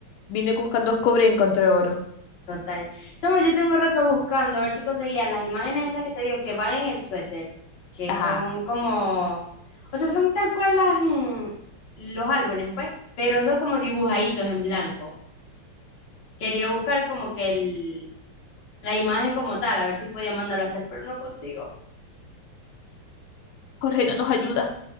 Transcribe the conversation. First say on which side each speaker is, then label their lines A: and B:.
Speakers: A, on the left; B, on the left.
A: Vine buscando cobre y encontré oro.
B: total. Toma, yo tengo un rato buscando a ver si conseguía las imágenes esas que te digo que van en el suéter, que
A: Ajá.
B: son como, o sea, son tal cual las, mm, los álbumes, pues, pero son como dibujaditos en blanco. Quería buscar como que el la imagen como tal, a ver si podía mandarlo a hacer, pero no consigo.
A: Jorge no nos ayuda.